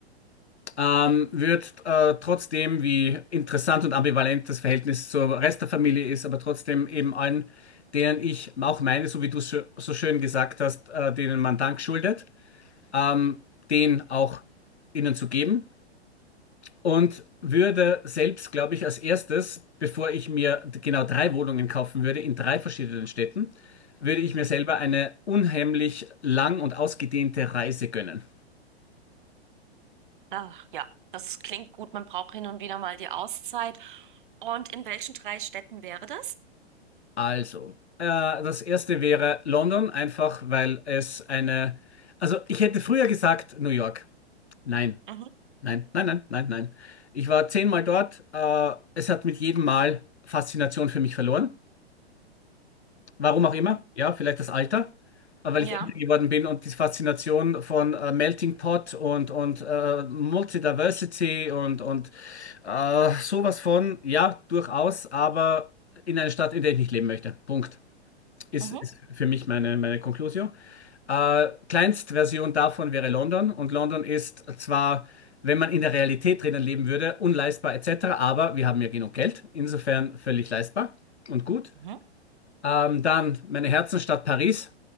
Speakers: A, on the left; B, on the right.
A: ähm, wird äh, trotzdem, wie interessant und ambivalent das Verhältnis zur Rest der Familie ist, aber trotzdem eben allen, denen ich auch meine, so wie du so, so schön gesagt hast, äh, denen man Dank schuldet, ähm, den auch ihnen zu geben. Und würde selbst, glaube ich, als erstes, bevor ich mir genau drei Wohnungen kaufen würde, in drei verschiedenen Städten, würde ich
B: Mhm.
A: mir selber eine unheimlich lang und ausgedehnte Reise gönnen.
B: Ach, ja, das klingt gut. Man braucht hin und wieder mal die Auszeit. Und in welchen drei Städten wäre das?
A: Also, äh, das erste wäre London, einfach weil es eine. Also, ich hätte früher gesagt New York. Nein,
B: Mhm.
A: nein, nein, nein, nein, nein. Ich war zehnmal dort. Äh, es hat mit jedem Mal Faszination für mich verloren. Warum auch
B: Mhm.
A: immer. Ja, vielleicht das Alter. Aber Weil
B: Ja.
A: ich älter geworden bin und die Faszination von äh, Melting Pot und, und äh, Multidiversity und, und äh, sowas von, ja, durchaus, aber in einer Stadt, in der ich nicht leben möchte. Punkt. Ist,
B: Mhm.
A: ist für mich meine, meine Conclusio. Äh, Kleinstversion davon wäre London. Und London ist zwar, wenn man in der Realität drinnen leben würde, unleistbar etc., aber wir haben ja genug Geld. Insofern völlig leistbar und gut.
B: Mhm.
A: Ähm, dann meine Herzensstadt Paris.